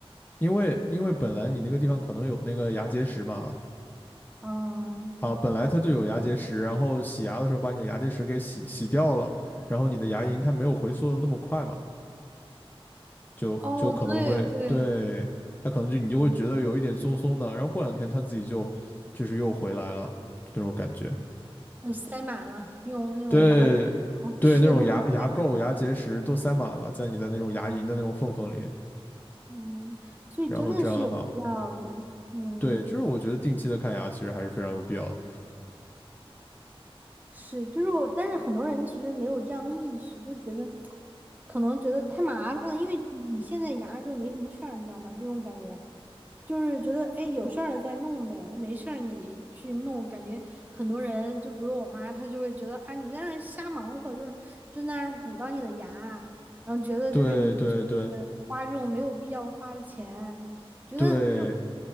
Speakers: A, on the left; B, on the right.
A: 因为因为本来你那个地方可能有那个牙结石嘛，
B: 嗯，
A: 啊，本来它就有牙结石，然后洗牙的时候把你的牙结石给洗洗掉了，然后你的牙龈它没有回缩的那么快嘛，就就可能会对它可能就你就会觉得有一点松松的，
B: 哦，对对，嗯，
A: 然后过两天它自己就就是又回来了，就那种感觉。
B: 呃塞满了，用那种牙，
A: 对对，
B: 哦，吃的东西塞满。
A: 那种牙牙垢、牙结石都塞满了，在你的那种牙龈的那种缝缝里。
B: 嗯，所以真的是有必要的。
A: 然后这样的话，
B: 嗯。
A: 对，就是我觉得定期的看牙其实还是非常有必要的。
B: 是，就是我，但是很多人其实没有这样的意识，就觉得可能觉得太麻烦了，因为你现在牙就没什么事儿，你知道吗？这种感觉就是觉得哎，有事儿了再弄呗，没事儿你去弄。感觉很多人，就比如我妈，她就会觉得啊，你在那儿瞎忙活，就是就在那儿鼓捣你的牙，然后觉得就是你呃花这种没有必要花的钱，
A: 对对对
B: 觉得就
A: 对，